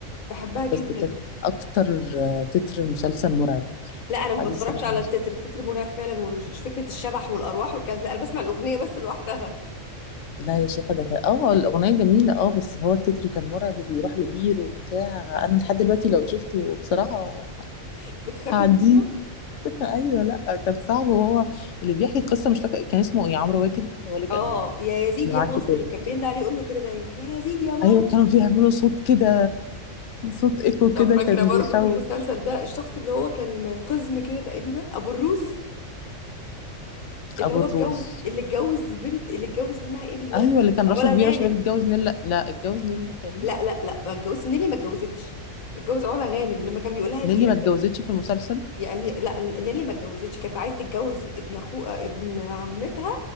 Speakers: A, on the left (about 80°); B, on the left (about 70°).
A: بحبها جدا
B: بس كانت أكتر آه، تتر مسلسل مرعب
A: لا انا ما
B: عزيز
A: بتفرجش
B: صباح
A: على
B: المسلسل
A: التتر التتر مرعب فعلا وفكره الشبح والارواح والكلام ده، لا انا بسمع الاغنيه بس لوحدها
B: لا يا شيخة ده كان اه الأغنية جميلة اه بس هو التتر كان مرعب وبيروح لبير وبتاع أنا لحد دلوقتي لو شفته بصراحة
A: <laughs> بتخافي
B: هعديه
A: منه
B: <laughs> أيوه لأ كان صعب وهو اللي بيحكي القصة مش فاكر كان اسمه إيه عمرو واكد هو اللي كان
A: اه يا يزيد
B: اللي
A: يا
B: معاه
A: مصري
B: الكتاب
A: كان بينده عليه يقول له كده دايما يا يزيد يا مصري
B: ايوه كانوا بيعملوا صوت كده صوت ايكو كده
A: طب فاكره
B: كان
A: برضو
B: بيخوف
A: في المسلسل ده الشخص اللي هو كان قزم كده تقريبا ابو الروس اللي
B: ابو
A: هو
B: الروس
A: اتجوز اللي اتجوز بنت اللي اتجوز اسمها ايه دلوقتي
B: ايوه اللي كان
A: علا
B: راسه كبيره
A: غانم
B: شويه اللي اتجوز نيللي لا اتجوز نيللي كريم
A: لا لا لا ما اتجوزش نيلي ما اتجوزتش اتجوز علا غانم لما كان بيقول لها انت
B: نيللي
A: يا
B: ما
A: امير
B: اتجوزتش في المسلسل
A: يا امير لا ن- نيلي ما اتجوزتش كانت عايزه تتجوز ابن اخوها ابن عمتها